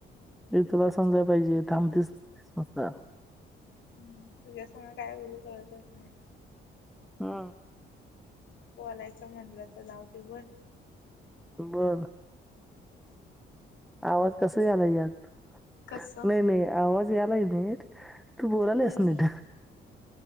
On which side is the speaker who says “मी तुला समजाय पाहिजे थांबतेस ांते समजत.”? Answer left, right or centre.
Centre